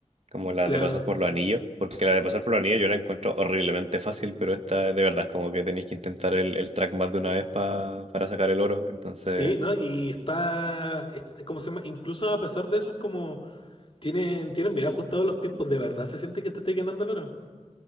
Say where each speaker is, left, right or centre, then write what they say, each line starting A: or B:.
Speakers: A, on the right (about 60°); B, on the left (about 50°).
A: como las
B: Claro.
A: de pasar por los anillos, porque la de pasar por los anillos yo la encuentro horriblemente fácil, pero esta de verdad es como que tenéis que intentar el, el track más de una vez pa- para sacar el oro, entonces...
B: Sí, ¿no? Y está. este, ¿Cómo se llama? Incluso a pesar de eso, es como. Tienen, tienen bien ajustados los tiempos. De verdad se siente que te estáis ganando el oro.